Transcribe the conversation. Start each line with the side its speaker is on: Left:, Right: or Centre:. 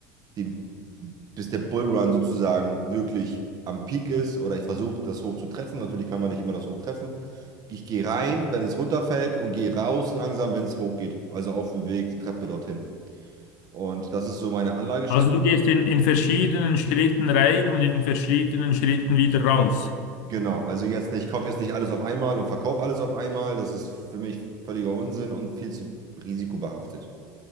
Right: den, bis der Bullrun sozusagen wirklich am Peak ist oder ich versuche das hoch zu treffen. Natürlich kann man nicht immer das hoch treffen. Ich gehe rein, wenn es runterfällt und gehe raus langsam, wenn es hochgeht. Also auf dem Weg, die Treppe dorthin. Und das ist so meine Anlagestrategie.
Left: Also du gehst in, in verschiedenen Schritten rein und in verschiedenen Schritten wieder raus.
Right: Genau, also jetzt nicht, ich kaufe jetzt nicht alles auf einmal und verkaufe alles auf einmal. Das ist für mich völliger Unsinn und viel zu risikobehaftet.